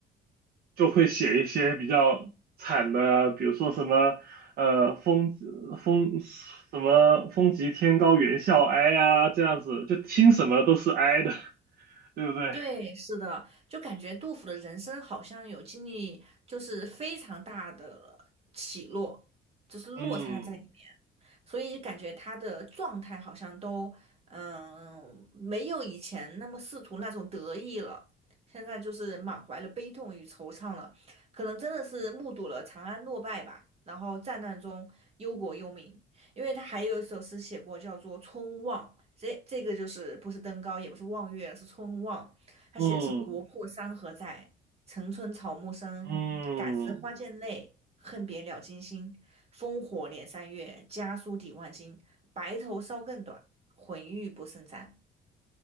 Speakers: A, on the right (about 65°); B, on the right (about 35°).
A: 就会写一些比较惨的啊，比如说什么，呃，风风什么风急天高猿啸哀呀，这样子，就听什么都是哀的，<laughs> 对不对？
B: 对，是的，就感觉杜甫的人生好像有经历，就是非常大的起落，就是落差在里面，
A: 嗯
B: 所以感觉他的状态好像都，嗯，没有以前那么仕途那种得意了，现在就是满怀了悲痛与惆怅了，可能真的是目睹了长安落败吧，然后战乱中忧国忧民，因为他还有一首诗写过，叫做《春望》，这这个就是不是登高，也不是望月，是春望。他写的是“国破山河在，
A: 嗯
B: 城春草木深。
A: 嗯
B: 感时花溅泪，恨别鸟惊心。烽火连三月，家书抵万金。白头搔更短，浑欲不胜簪。”